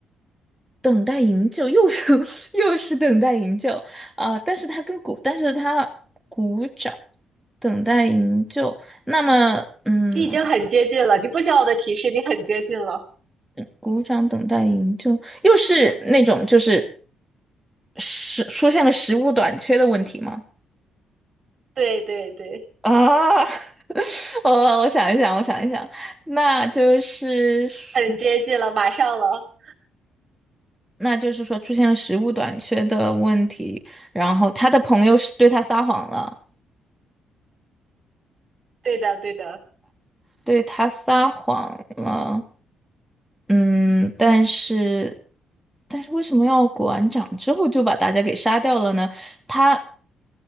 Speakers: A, in the centre; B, on the right (about 45°).
A: 等待营救又是 <laughs> 又是等待营救啊、但是他跟鼓，但是他鼓掌等待营救，那么嗯，
B: 你已经很接近了，
A: 我看
B: 你不需要我的提示，你很接近了。
A: 鼓掌等待营救又是那种就是食出现了食物短缺的问题吗？
B: 对对对，
A: 啊，<laughs> 我我想一想，我想一想，那就是说
B: 很接近了，马上了。
A: 那就是说出现了食物短缺的问题，然后他的朋友是对他撒谎了，
B: 对的对的。
A: 对他撒谎了，嗯，但是但是为什么要鼓完掌之后就把大家给杀掉了呢？他